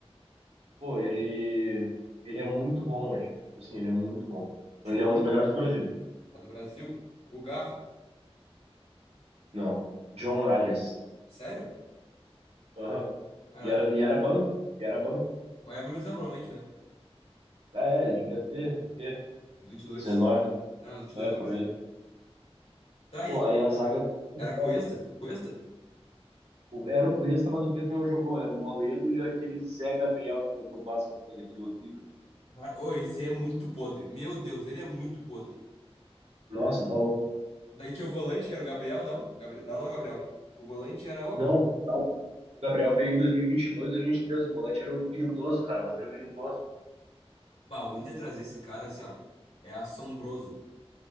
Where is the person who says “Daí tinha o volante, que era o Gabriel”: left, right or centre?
Left